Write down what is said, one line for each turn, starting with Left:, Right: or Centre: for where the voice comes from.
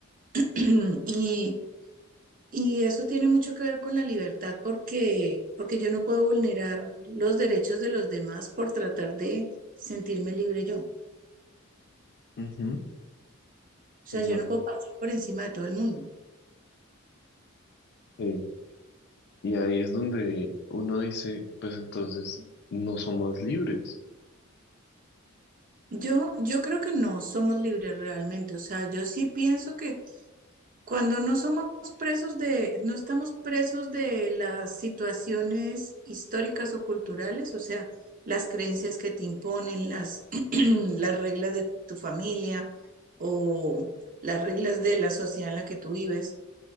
Right: <clears throat> y, y eso tiene mucho que ver con la libertad porque, porque yo no puedo vulnerar los derechos de los demás por tratar de sentirme libre yo. O
Left: Ujú,
Right: sea,
Left: Exacto.
Right: yo no puedo pasar por encima de todo el mundo.
Left: sí. Y ahí es donde uno dice, pues entonces no somos libres.
Right: Yo, yo creo que no somos libres realmente. O sea, yo sí pienso que cuando no somos presos de, no estamos presos de las situaciones históricas o culturales, o sea, las creencias que te imponen, las, <clears throat> las reglas de tu familia o las reglas de la sociedad en la que tú vives,